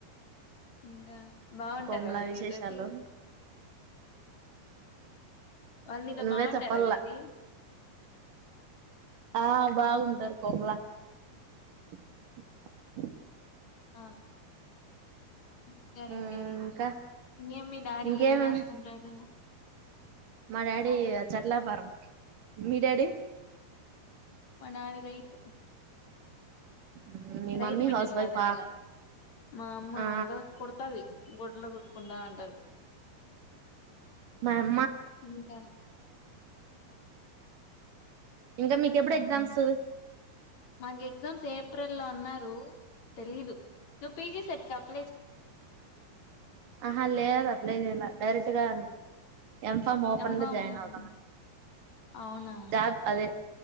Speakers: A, on the left; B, on the right.
A: ఇకా బాగుంటారు
B: కోమలా
A: వాళ్ళు
B: విశేషాలు
A: మీతోటి వాళ్ళు నీతో
B: నువ్వే
A: బాగుంటారు
B: చెప్పాల
A: అదేది
B: ఆ బాగుంటారు కొమలా <unintelligible>
A: ఆ ఇంకా
B: మ్మ్
A: రెండి
B: ఇంకా
A: ఇంకే మీ డాడీ
B: ఇంకేమేమి
A: ఏం చేస్తుంటాడు
B: మా డాడీ చెట్లా పర మీ డాడీ
A: మనారి రైతు
B: ఉమ్, మీ
A: రైదు
B: మమ్మీ
A: బిడ్డన్
B: హౌస్
A: కా
B: వైఫా
A: అద నేను మా అమ్మా
B: ఆ
A: ఎందా కొతాది గుడ్ల చెకుండా ఉంటది
B: బా
A: ఇంకా
B: ఇంకా మీకెప్పుడు
A: అవునం
B: ఎగ్జామ్స్
A: మాకు ఎగ్జామ్స్ ఏప్రిల్ లో ఉన్నారు తెలీదు నువ్వు పీజీ సరి ఎట్
B: ఆహ లేేదు అప్లై చేయిలా డైరెక్ట్ గానే ఎం ఫామ్ ఓపెన్
A: ఎంఫామ్
B: లో జాయిన్ అవుదా
A: అవునా
B: జాబ్ అదే